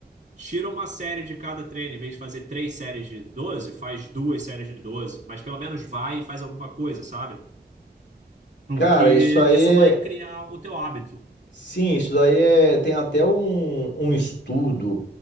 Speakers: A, on the right; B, on the left.
A: Tira uma série de cada treino. Em vez de fazer três séries de 12, faz duas séries de 12. Mas pelo menos vai e faz alguma coisa, sabe? Porque
B: Cara, isso aí
A: isso
B: é.
A: vai criar o teu hábito.
B: Sim, isso daí é. Tem até um, um estudo.